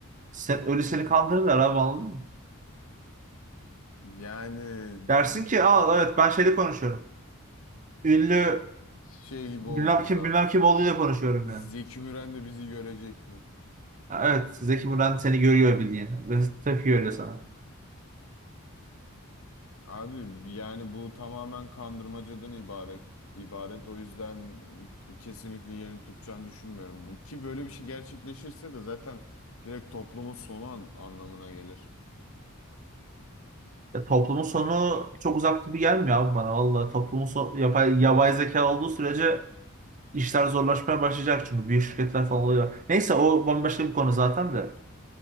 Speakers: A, on the right; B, on the left.
A: sen, öyle seni kandırırlar abi anladın mı?
B: yani
A: Dersin
B: bi-
A: ki aa evet ben şeyle konuşuyorum. Ünlü
B: şey gibi
A: bilmem
B: oldu bu
A: kim
B: da.
A: bilmem kim olduğuyla konuşuyorum yani.
B: Zeki Müren de bizi görecek mi?
A: Ha, evet Zeki Müren seni görüyor bildiğin ve tepki görüyor sana.
B: Abi yani bu tamamen kandırmacadan ibaret. ibaret. O yüzden kesinlikle yerini tutacağını düşünmüyorum. Bu, ki böyle bir şey gerçekleşirse de zaten direkt toplumun sonu an- anlamına gelir.
A: Ya, toplumun sonu çok uzak gibi gelmiyor abi bana valla. Toplumun sonu yapay, yapay zeka olduğu sürece işler zorlaşmaya başlayacak çünkü büyük şirketler falan oluyor. Neyse o bambaşka bir konu zaten de.